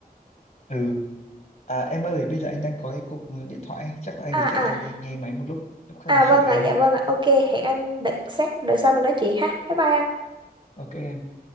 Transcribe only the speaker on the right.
à
à
à
vâng
ạ
dạ
vâng ạ ok hẹn anh đợt sát đợi sau mình nói chuyện ha bye bye anh